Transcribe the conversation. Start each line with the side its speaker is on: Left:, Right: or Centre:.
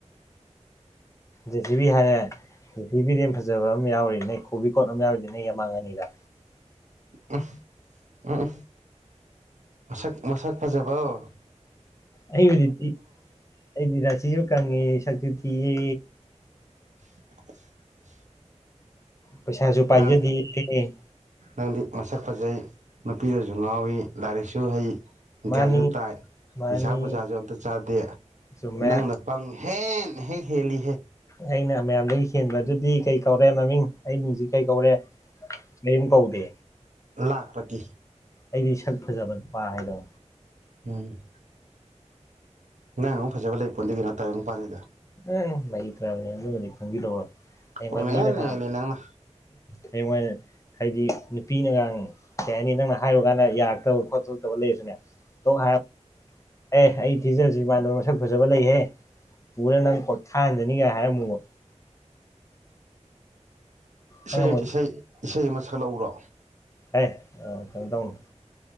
Left: ꯖꯦꯁꯤꯕꯤ ꯍꯥꯏꯔꯦ ꯖꯦꯁꯤꯕꯤꯗꯩ ꯍꯦꯟꯅ ꯐꯖꯕ ꯑꯃ ꯌꯥꯎꯔꯤ ꯅꯪꯒꯤ ꯀꯣꯕꯤꯀꯣꯠ ꯑꯃ ꯌꯥꯎꯔꯤꯗꯨꯗꯤ ꯅꯪꯒꯤ ꯌꯃꯥꯡ ꯑꯅꯤꯗ
Right: ꯎꯝ ꯎꯝ ꯎꯝ ꯃꯁꯛ ꯃꯁꯛ ꯐꯖꯕꯧ
Left: ꯑꯩꯕꯨꯗꯤ ꯊꯤ ꯑꯩꯗꯤ ꯔꯥꯆꯤꯁꯨ ꯀꯪꯉꯦ ꯁꯛꯁꯨ ꯊꯤꯌꯦ
Right: <inaudible>
Left: ꯄꯩꯁꯥꯁꯨ ꯄꯥꯏꯖꯗꯤꯌꯦ
Right: ꯅꯪ
Left: <unintelligible>
Right: ꯅꯪꯗꯤ ꯃꯁꯛ ꯐꯖꯩ ꯅꯨꯄꯤꯅꯁꯨ ꯉꯥꯎꯋꯤ ꯂꯥꯏꯔꯤꯛꯁꯨ ꯍꯩ
Left: ꯃꯥꯅꯤ
Right: ꯒ꯭ꯌꯥꯟꯁꯨ ꯇꯥꯏ
Left: ꯃꯥꯅꯤ
Right: ꯅꯤꯁꯥ ꯄꯨꯁꯥꯁꯨ ꯑꯝꯇꯥ ꯆꯥꯗꯦ
Left: ꯆꯨꯝꯃꯦ
Right: ꯅꯪꯅ ꯄꯪꯍꯦꯟ ꯍꯦꯛ ꯍꯦꯜꯂꯤ ꯍꯦ
Left: ꯑꯩꯅ ꯃꯌꯥꯝꯗꯒꯤ ꯍꯦꯟꯕ ꯑꯗꯨꯗꯤ ꯀꯩ ꯀꯧꯔꯦ ꯃꯃꯤꯡ ꯑꯩ ꯃꯤꯡꯁꯦ ꯀꯩ ꯀꯧꯔꯦ ꯀꯩꯌ꯭ꯝ ꯀꯧꯗꯦ
Right: ꯂꯥꯛꯄꯇꯤ
Left: ꯑꯩꯗꯤ ꯁꯛ ꯐꯖꯕ ꯅꯨꯄꯥ ꯍꯥꯏꯗꯣ
Right: ꯎꯝ ꯅꯪꯃꯨꯛ ꯐꯖꯕ ꯂꯩꯕꯄꯣꯟꯇꯦ ꯀꯩꯅꯣ ꯇꯥꯏꯕꯪ ꯄꯥꯟꯁꯤꯗ
Left: ꯑꯦ ꯂꯩꯇ꯭ꯔꯕꯅꯦ ꯑꯗꯨꯃꯗꯤ ꯈꯪꯖꯤꯜꯍꯧꯔꯣ ꯍꯌꯦꯡꯋꯥꯏ
Right: ꯄꯨꯡꯍꯦꯟ
Left: ꯃꯤꯅꯀꯥ
Right: ꯍꯦꯜꯂꯤ ꯅꯪꯅ
Left: ꯍꯌꯦꯡꯋꯥꯏ ꯍꯥꯏꯗꯤ ꯅꯨꯄꯤꯅꯒꯥꯡ ꯀꯩ ꯍꯥꯏꯅꯤ ꯅꯪꯅ ꯍꯥꯏꯔꯨꯀꯥꯟꯗ ꯌꯥꯔꯛꯇꯕ ꯈꯣꯠꯇꯕ ꯂꯩꯔꯁꯨꯅꯦ <unintelligible> ꯑꯦ ꯑꯩ ꯊꯤꯖꯔꯁꯨ ꯏꯃꯥꯟꯕ ꯃꯁꯛ ꯐꯖꯕ ꯂꯩꯍꯦ ꯄꯨꯔ ꯅꯪ ꯀꫭꯏꯈꯥꯏꯍꯟꯖꯅꯤꯒ ꯍꯥꯏꯔꯝꯃꯨꯕ
Right: ꯏꯁꯩ
Left: ꯅꯪ ꯑꯃꯨꯛ
Right: ꯏꯁꯩ ꯏꯁꯩ ꯑꯃꯥ ꯁꯛꯂꯛꯎꯔꯣ
Left: ꯍꯩ ꯀꯩꯅꯣ ꯇꯧꯅꯨ